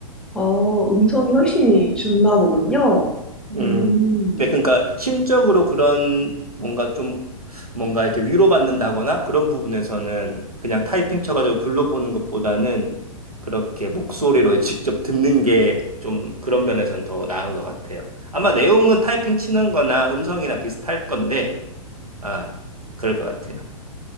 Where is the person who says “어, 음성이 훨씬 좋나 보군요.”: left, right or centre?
Centre